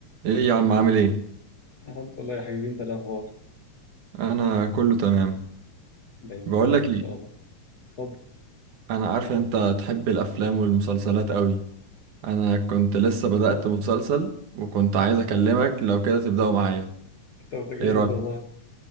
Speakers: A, on the right (about 80°); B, on the left (about 45°).
A: ايه يا عم عامل ايه
B: الحمد لله يا حبيبي انت إيه الاخبار
A: انا كله تمام
B: دايما
A: بقول
B: يا حبيبي
A: لك
B: ان
A: ايه
B: شاء الله اتفضل
A: انا عارف ان انت تحب الافلام والمسلسلات قوي انا كنت لسه بدأت مسلسل وكنت عايز اكلمك لو كده تبدأه معايا
B: طب ده جامد
A: ايه رأيك
B: والله